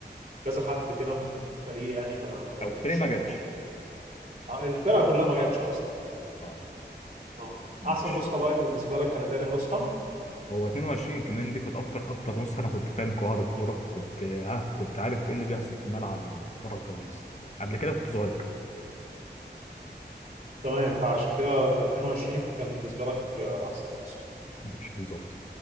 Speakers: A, on the right; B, on the left.
A: كذا حد كده من الفريق يعني ما ما لعبوش
B: او فريق ما جاش
A: آه، الفرقة كلها ما جاتش اصلا
B: اه
A: اه
B: ماشي
A: احسن نسخة بقى بالنسبة لك كانت تاني نسخة
B: هو 22 كمان دي كانت اكتر اكتر نص انا كنت فاهم قواعد الكوره كنت ها كنت عارف ايه اللي بيحصل في الملعب وورا الكواليس قبل كده كنت صغير
A: تمام فعشان كده انت 22 كان بالنسبة لك آه، احسن نسخة
B: ماشي بالظبط